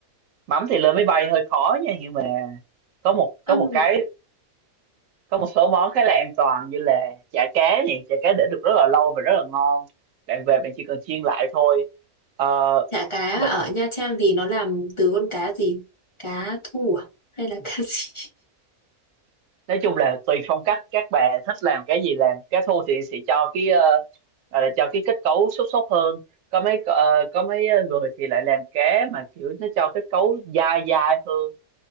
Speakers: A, on the right; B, on the left.
A: mắm thì lên máy bay hơi khó nha nhưng mà có một có
B: Ừm,
A: một cái có một số món khá là an toàn như là chả cá này chả cá để được rất là lâu và rất là ngon bạn về bạn chỉ cần chiên lại thôi Ờ,
B: Chả cá
A: mực
B: ở Nha Trang thì nó làm từ con cá gì? Cá thu à? Hay là cá <laughs> gì?
A: nói chung là tùy phong cách các bà thích làm cái gì làm cá thu thì sẽ cho cái ờ, gọi là cho cái kết cấu xốp xốp hơn có mấy ờ, có mấy người thì lại làm cá mà kiểu nó cho kết cấu dai dai hơn